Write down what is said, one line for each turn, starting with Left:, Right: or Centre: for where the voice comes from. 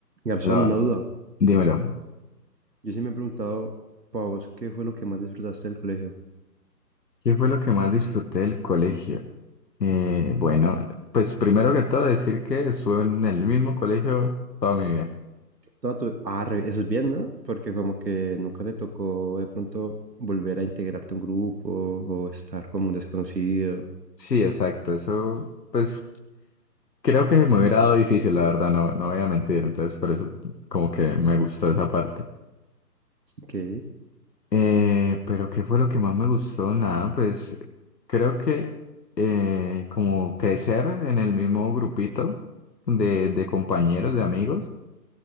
Right: Garzón,
Left: Hola,
Right: una duda.
Left: dímelo.
Right: Yo sí me he preguntado, Pavos, ¿qué fue lo que más disfrutaste del colegio?
Left: ¿Qué fue lo que más disfruté del colegio? Eh, bueno, pues primero que todo decir que estuve en el mismo colegio toda mi vida.
Right: Toda tu... Ah, re- eso es bien, ¿no? Porque como que nunca te tocó de pronto volver a integrarte a un grupo o estar como un desconocido.
Left: Sí, exacto. Eso, pues creo que se me hubiera dado difícil, la verdad, no, no voy a mentir. Entonces, por eso como que me gustó esa parte.
Right: ¿Qué?
Left: Eh, pero ¿qué fue lo que más me gustó? Nada, pues creo que eh, como crecer en el mismo grupito de, de compañeros, de amigos.